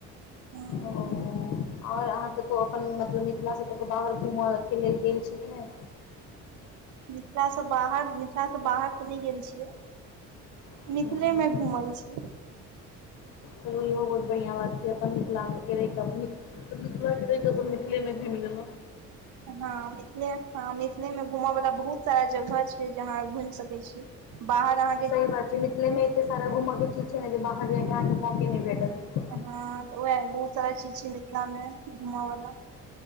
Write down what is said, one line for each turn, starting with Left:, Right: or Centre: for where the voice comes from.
Right: हूं
Left: ओ। ओर अहाँ कतहु अप्पन मतलब मिथिला सँ कतहु बाहर घूमय के लेल गेल छी कि नहि
Right: मिथिला सँ बाहर मिथिलासँ बाहर त नहि गेल छियै
Left: नहि।
Right: मिथिले मे घुमल छी
Left: चलू इहो बहुत बढ़िआँ बात छै। अप्पन मिथिला में रहै क अपन मिथिलाे रहके अप्पन मिथिले मे भी मिलल
Right: हँ मिथिले हँ मिथिले मे घूमय वाला बहुत सारा जगह छै। जहााँ घुमि सकैत छी बाहर अहाँ
Left: सही बात छै। मिथिले में एते सारा घूमऽ के चीज छै। ने जे बाहर जायके अहाँके मौके नहि भेटत
Right: हँ उएह बहुत सारा चीज छै। मिथिला में घूमऽ वाला